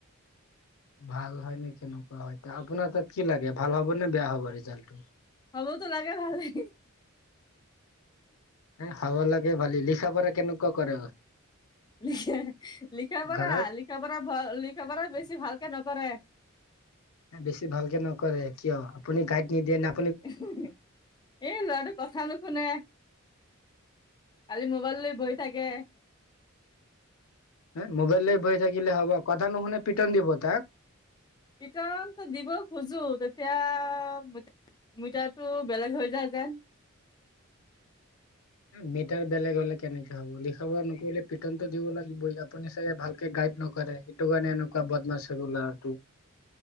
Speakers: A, on the left (about 80°); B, on the left (about 20°).
A: ভাল হয় নে কেনেকুৱা হয়, আপোনাৰ তাত কি লাগে ভাল হ'ব নে বেয়া হ'ব ৰিজাল্টটো।
B: হ'বতো লাগে ভালেই।
A: হ'ব লাগে ভালেই লিখা পঢ়া কেনেকুৱা কৰে।
B: লখে, লিখা পঢ়া
A: ঘৰত
B: লিখা পৰা লিখা পৰা বেছি ভালকে নকৰে।
A: বেছি ভালকে নকৰে কিয়, আপুনি গাইড নিদিয়ে না
B: এ, ল'ৰাটো কথা নুশুনে। কালি মোবাইল লৈ বহি থাকে।
A: হে, মোবাইল লৈ বহি থাকিলে হ'ব কথা নুশুনে পিটন দিব তাক।
B: পিটনটো দিব খোজো তেতিয়া মানে <unintelligible> বেলেগ হৈ যায় যেন।
A: মিটাৰ বেলেগ হলে কেনেকে হ'ব লিখা-পঢ়া নকৰিলে পিটনটো দিব লাগিবই আপুনি চাগে ভাল গাইড নকৰে, সেইটো কাৰণে এনেকুৱা বদমাছ হৈ গ'ল ল'ৰাটো।